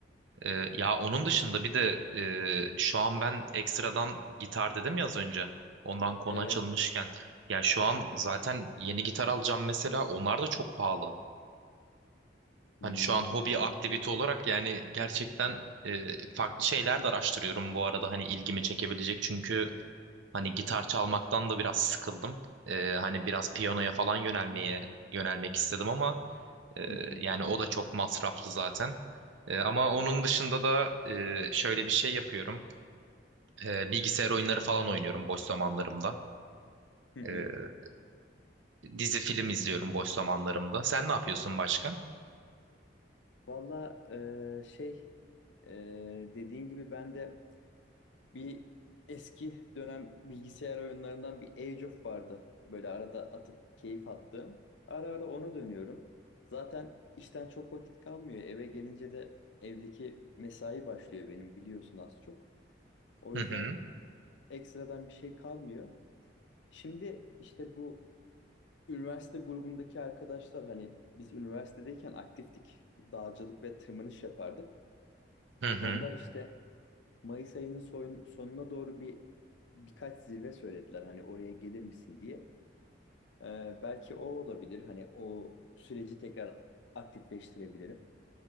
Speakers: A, on the right (about 80°); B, on the left (about 75°).
A: E, ya onun dışında bir de e, şu an ben ekstradan gitar dedim ya az önce. Ondan konu
B: Evet.
A: açılmışken. Ya şu an zaten yeni gitar alacağım mesela. Onlar da çok pahalı.
B: Hmm.
A: Hani şu an hobi aktivite olarak yani gerçekten e, farklı şeyler de araştırıyorum bu arada hani ilgimi çekebilecek çünkü hani gitar çalmaktan da biraz sıkıldım. E, hani biraz piyanoya falan yönelmeye yönelmek istedim ama e,
B: Hı hı.
A: yani o da çok masraflı zaten. E, ama onun dışında da e, şöyle bir şey yapıyorum. E, bilgisayar oyunları falan oynuyorum boş zamanlarımda.
B: Hı hı.
A: E, dizi film izliyorum boş zamanlarımda. Sen ne yapıyorsun başka?
B: Valla eee, şey eee dediğin gibi ben de bir eski dönem bilgisayar oyunlarından bir Age of vardı. Böyle arada atıp keyif attığım. Ara ara ona dönüyorum. Zaten işten çok vakit kalmıyor. Eve gelince de evdeki mesai başlıyor benim biliyorsun az çok. O
A: Hı
B: yüzden
A: hı.
B: ekstradan bir şey kalmıyor. Şimdi işte bu üniversite grubundaki arkadaşlar hani biz üniversitedeyken aktiftik. Dağcılık ve tırmanış yapardık.
A: Hı hı.
B: Onlar işte Mayıs ayının soyun- sonuna doğru bir birkaç zirve söylediler hani oraya gelir misin diye. Ee, belki o olabilir. Hani o süreci tekrar aktifleştirebilirim.